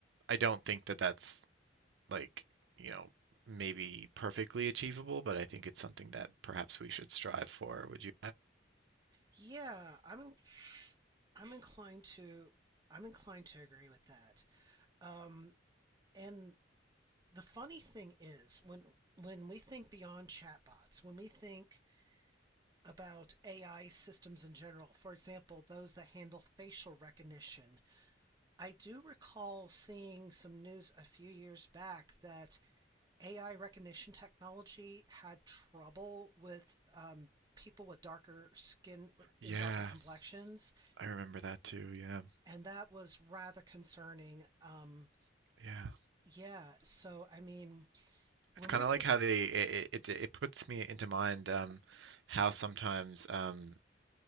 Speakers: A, on the right; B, on the right.
A: I don't think that that's like, you know, maybe perfectly achievable, but I think it's something that perhaps we should strive for. Would you?
B: Yeah, I'm I'm inclined to I'm inclined to agree with that. Um, and the funny thing is when when we think beyond chatbots, when we think about AI systems in general, for example, those that handle facial recognition, I do recall seeing some news a few years back that AI recognition technology had trouble with um, people with darker skin
A: Yeah,
B: and darker complexions,
A: I remember that too. Yeah,
B: and that was rather concerning. Um,
A: yeah.
B: yeah, so I mean, when
A: It's kind
B: we're
A: of
B: th-
A: like how they it, it it it puts me into mind um how sometimes um